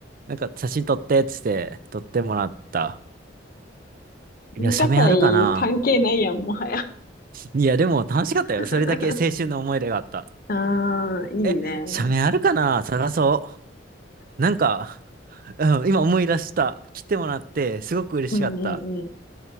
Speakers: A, on the right; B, on the left.
A: なんか写真撮ってって言って撮ってもらった。いや、
B: 文化祭
A: 写メあるかな
B: 関係ないやん、もはや。
A: いや、でも楽しかったよ。
B: <laughs>
A: それだけ青春の思い出があった。
B: ああ、いいね。
A: え、写メあるかな探そう。なんか、うん、今思い出した。来てもらって、すごく嬉しかった。
B: うんうんうん。